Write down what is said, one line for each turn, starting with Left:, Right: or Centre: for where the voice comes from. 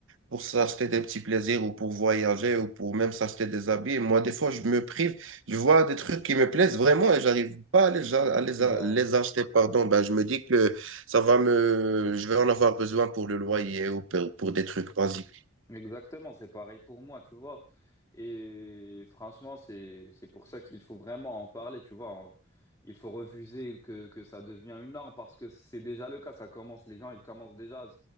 Right: pour s'acheter des petits plaisirs ou pour voyager ou pour même s'acheter des habits. Moi, des fois, je me prive. Je vois des trucs qui me plaisent vraiment et j'arrive pas à les, à les,
Left: Bah,
Right: à les acheter, pardon. Ben, je me dis que ça va me, je vais en avoir besoin pour le loyer ou pour, pour des trucs basiques.
Left: exactement, c'est pareil pour moi, tu vois. Et franchement, c'est c'est pour ça qu'il faut vraiment en parler, tu vois. Il faut refuser que que ça devient une norme parce que c'est déjà le cas, ça commence, les gens ils commencent déjà